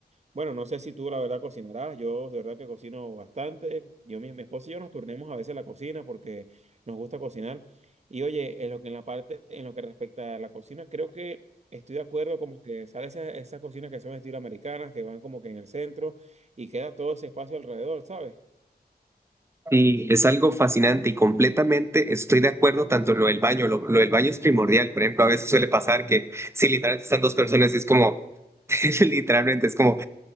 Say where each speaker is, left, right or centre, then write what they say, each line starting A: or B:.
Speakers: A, on the right; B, on the right.
A: Bueno, no sé si tú la verdad cocinarás, yo de verdad que cocino bastante, yo, mi, mi esposa y yo nos turnemos a veces la cocina porque nos gusta cocinar. Y oye, en lo que en la parte, en lo que respecta a la cocina, creo que estoy de acuerdo como que sale esa- esas cocinas que son estilo americanas, que van como que en el centro y queda todo ese espacio alrededor, ¿sabes?
B: Sí, es algo fascinante y completamente estoy de acuerdo tanto en lo del baño, lo, lo del baño es primordial, por ejemplo, a veces suele pasar que si literalmente están dos personas es como, <laughs> literalmente es como,